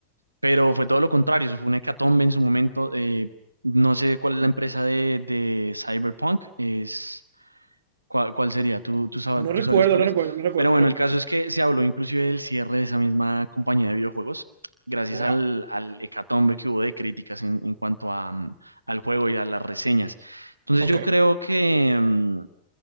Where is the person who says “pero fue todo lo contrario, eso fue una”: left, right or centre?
Right